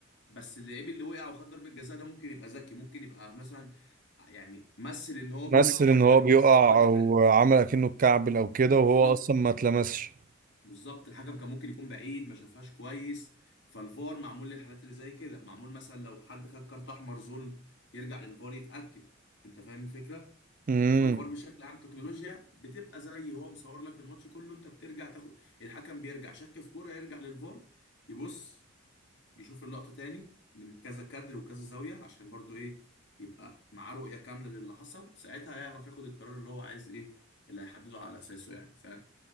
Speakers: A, on the left (about 60°); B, on the right (about 40°).
A: بس اللعيب اللي وقع وخد ضربة جزاء ده ممكن يبقى ذكي ممكن يبقى مثلا يعني مثل ان هو
B: مثل
A: بيقع عشان
B: ان هو
A: الحكم
B: بيقع
A: يحسبها ضربة جزاء
B: او عمل اكنه اتكعبل او كده وهو
A: بالظبط
B: اصلا ما اتلمسش
A: بالظبط الحكم كان ممكن يكون بعيد ما شافهاش كويس فالفار معمول للحالات اللي زي كده معمول مثلا لو حد خد كارت احمر ظلم يرجع للفار يتأكد انت فاهم الفكرة
B: امم
A: فالفار بشكل عام تكنولوجيا بتبقى زي هو مصور لك الماتش كله انت بترجع تاخد الحكم بيرجع شك في كورة يرجع للفار يبص بيشوف اللقطة تاني من كذا كادر وكذا زاوية عشان برضو ايه يبقى معاه رؤية كاملة للي حصل ساعتها هيعرف ياخد القرار اللي هو عايز ايه اللي هيحدده على اساسه يعني فاهم